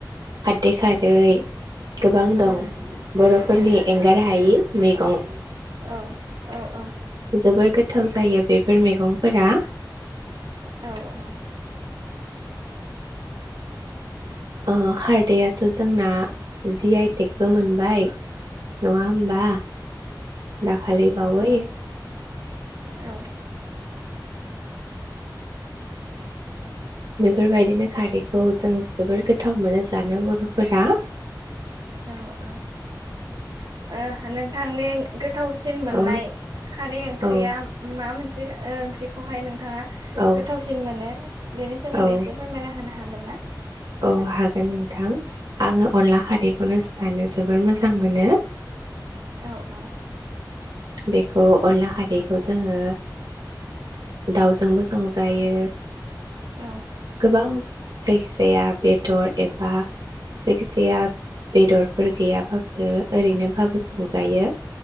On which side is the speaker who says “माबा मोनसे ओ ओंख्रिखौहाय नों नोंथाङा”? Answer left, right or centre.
Right